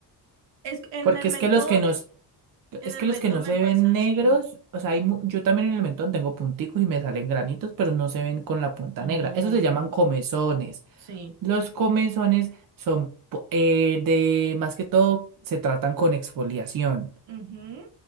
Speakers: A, on the right (about 75°); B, on the right (about 50°).
A: Es en
B: Porque
A: el
B: es
A: mentón,
B: que los que no
A: en
B: Es
A: el
B: que
A: mentón
B: los que no
A: me
B: se
A: pasa
B: ven
A: así.
B: negros, o sea, hay mu- yo también en el mentón tengo punticos y me salen granitos, pero no se ven con la punta
A: No,
B: negra. Esos se
A: no.
B: llaman comezones.
A: Sí.
B: Los comezones son po- eh, de, más que todo, se tratan con exfoliación.
A: Ujú,